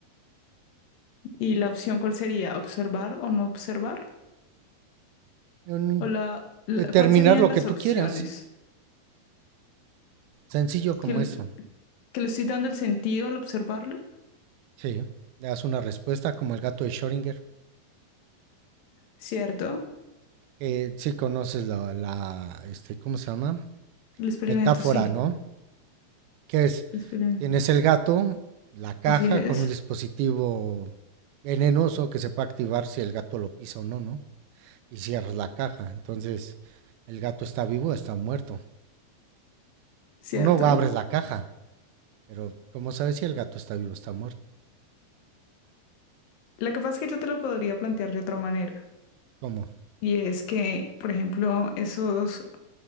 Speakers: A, on the left (about 65°); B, on the right (about 80°).
A: ¿Y la opción cuál sería? ¿Observar o no observar?
B: En
A: ¿O la, la-
B: determinar
A: cuál serían
B: lo
A: las
B: que tú
A: opciones?
B: quieras. Sencillo como
A: ¿Que, l-
B: eso.
A: que le estoy dando el sentido al observarlo?
B: Sí. Le das una respuesta como el gato de Schrödinger.
A: ¿Cierto?
B: Que sí conoces la, la este, ¿cómo se llama?
A: El experimento,
B: Metáfora,
A: sí.
B: ¿no? Que es,
A: El experimento.
B: Tienes el gato, la caja
A: Así es.
B: con un dispositivo venenoso que se puede activar si el gato lo pisa o no, ¿no? Y cierras la caja. Entonces, el gato está vivo o está muerto.
A: ¿Cierto?
B: Uno va, abres la caja, pero ¿cómo sabes si el gato está vivo o está muerto?
A: Lo que pasa es que yo te lo podría plantear de otra manera.
B: ¿Cómo?
A: Y es que, por ejemplo, esos, o